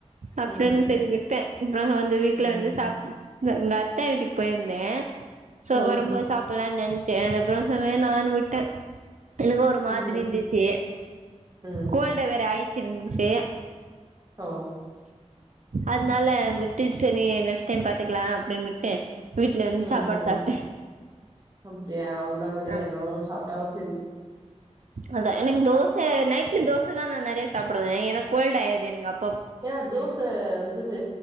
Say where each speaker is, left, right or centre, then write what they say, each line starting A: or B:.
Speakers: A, on the right; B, on the right.
A: ம்
B: அப்டின் சேரி விட்டே இப்ப தா வந்து வீட்ல
A: ம்
B: வந்து
A: ம்
B: சாப் எங்க எங்க அத்த வீட்டுக்கு போயிருந்தே சோ
A: ம்
B: ஒரு வரபோது சாப்புலானு நெனச்சே அதுக்கப்றோ செரி வேணானு விட்டே எனக்கே ஒரு மாதிரி
A: ம்ஹும்
B: இருந்துச்சு
A: ம்
B: கோல்ட வேற ஆயிச்சிருந்துட்டு
A: ஓ
B: அதுனால விட்டுட் சேரி நெக்ஸ்ட் டைம் பாத்துக்லா அப்டினு விட்டு வீட்ல வந்து
A: ம்
B: சாப்பாடு சாப்ட்டே
A: அப்டியா அவ்ளோதா விடுங்க
B: ஆமா
A: என்னவோ சாப்ட்டாவ் செரி
B: அதா எனக்கு தோச நைட்ல தோச தா நா நெறய சாப்புடுவே ஏன்னா கோல்ட் ஆயிடுது எனக்கு அப்
A: ஏங்க தோச வந்து